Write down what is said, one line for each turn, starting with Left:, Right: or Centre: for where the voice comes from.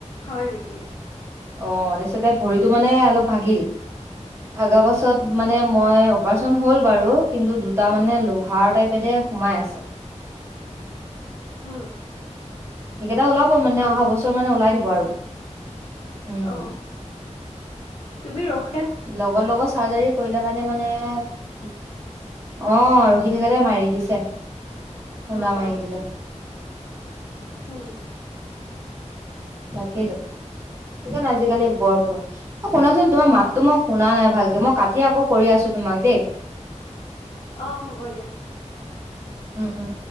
Left: হয় নেকি?
Right: অ তাৰপিছতে ভৰিত ইটো মানে অলপ ভাগিল ভাগা পাছত মানে মই অপাৰচন হ'ল বাৰু। কিন্তু দুটা মানে
Left: উম,
Right: লোহাৰ টাইপেৰে সোমাই আছে।
Left: উম,
Right: সেইকেইটা ওলাব মানে
Left: হয়
Right: অহা
Left: নেকি?
Right: বছৰ মানে ওলাই দিব আৰু। উম
Left: অ তুমি ৰখ
Right: লগৰ লগত চাৰ্জাৰী কৰিলে কাৰণে মানে অ ৰখি থাকতে মাৰি দিছে। খুন্দা
Left: অ',
Right: মাৰি দিলে।
Left: উম,
Right: তাকে তো, সেইকাৰণে আজিকালি বৰফ হয় শুনাচোন তোমাৰ মাততো মই শুনা নাই ভালকে মই কাটি আকৌ কৰি আছো তোমাক দেই,
Left: অ হ'ব দিয়া,
Right: উম উম